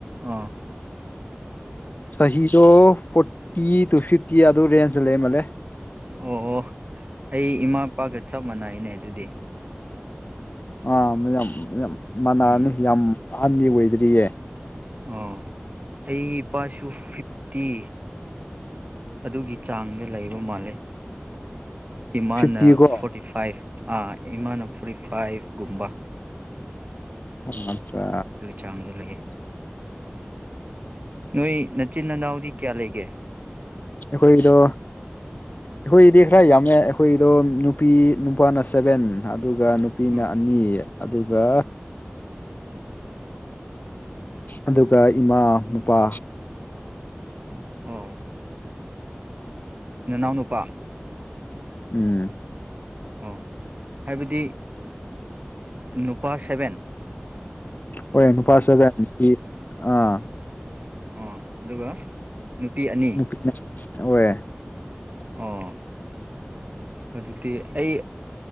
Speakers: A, on the right (about 35°); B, on the left (about 45°).
A: ꯑꯥ
B: ꯆꯍꯤꯗꯣ ꯐꯣꯔꯇꯤ ꯇꯨ ꯐꯤꯐꯇꯤ ꯑꯗꯨ ꯔꯦꯟꯖꯑ ꯂꯩ ꯃꯥꯜꯂꯦ
A: ꯑꯣ ꯑꯣ ꯑꯩ ꯏꯃꯥ ꯏꯄꯥꯒ ꯆꯞ ꯃꯥꯟꯅꯩꯅꯦ ꯑꯗꯨꯗꯤ
B: ꯑꯥ ꯃꯌꯥꯝ ꯃꯅꯥꯅꯤ
A: ꯎꯝ
B: ꯌꯥꯝ ꯑꯍꯟꯗꯤ ꯑꯣꯏꯗ꯭ꯔꯤꯌꯦ
A: ꯑꯣ ꯑꯩ ꯏꯄꯥꯁꯨ ꯐꯤꯐꯇꯤ ꯑꯗꯨꯒꯤ ꯆꯥꯡꯗ ꯂꯩꯕ ꯃꯥꯜꯂꯦ ꯏꯃꯥꯅ
B: ꯐꯤꯐꯇꯤꯀꯣ
A: ꯐꯣꯔꯇꯤ ꯐꯥꯏꯚ ꯑꯥ ꯏꯃꯥꯅ ꯐꯣꯔꯇꯤ ꯐꯥꯏꯚꯒꯨꯝꯕ
B: ꯑꯆꯥ
A: ꯆꯥꯡꯗ ꯑꯗꯨ ꯂꯩꯌꯦ ꯅꯣꯏ ꯅꯆꯤꯟ ꯅꯅꯥꯎꯗꯤ ꯀꯌꯥ ꯂꯩꯒꯦ
B: ꯑꯩꯈꯣꯏꯔꯣ ꯑꯩꯈꯣꯏꯗꯤ ꯈꯔ ꯌꯥꯝꯃꯦ ꯑꯩꯈꯣꯏꯗꯣ ꯅꯨꯄꯤ ꯅꯨꯄꯥꯅ ꯁꯚꯦꯟ ꯑꯗꯨꯒ ꯅꯨꯄꯤꯅ
A: ꯑ
B: ꯑꯅꯤ ꯑꯗꯨꯒ ꯑꯗꯨꯒ ꯏꯃꯥ ꯃꯄꯥ
A: ꯑꯣ ꯅꯅꯥꯎ ꯅꯨꯄꯥ
B: ꯎꯝ
A: ꯑꯣ ꯍꯥꯏꯕꯗꯤ ꯅꯨꯄꯥ ꯁꯦꯚꯦꯟ
B: ꯍꯣꯢ ꯅꯨꯄꯥ ꯁꯦꯚꯦꯟ ꯑꯥ
A: ꯑꯣ ꯑꯗꯨꯒ ꯅꯨꯄꯤ ꯑꯅꯤ
B: ꯅꯨꯄꯤꯅ ꯍꯣꯏ
A: ꯑꯣ ꯑꯗꯨꯗꯤ ꯑꯩ